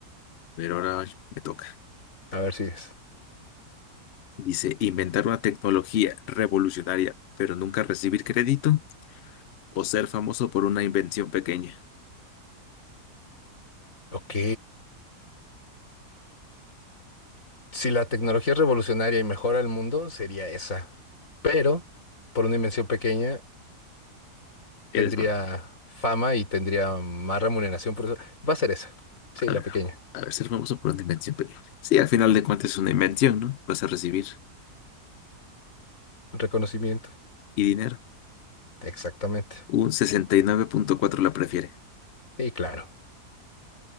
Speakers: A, on the left (about 70°); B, on the left (about 55°).
A: Pero ahora me toca.
B: a ver si es.
A: Dice, inventar una tecnología revolucionaria, pero nunca recibir crédito o ser famoso por una invención pequeña.
B: Ok. Si la tecnología es revolucionaria y mejora el mundo, sería esa. Pero, por una dimensión pequeña,
A: Eres
B: tendría
A: más,
B: fama y tendría más remuneración por eso. Va a ser esa. Sí,
A: a
B: la
A: ver,
B: pequeña.
A: a ver, ser famoso por una invención pequeña. Sí, al final de cuentas es una invención, ¿no? Vas a recibir
B: Reconocimiento.
A: y dinero.
B: Exactamente.
A: Un sesenta y nueve punto cuatro la prefiere.
B: Sí, claro.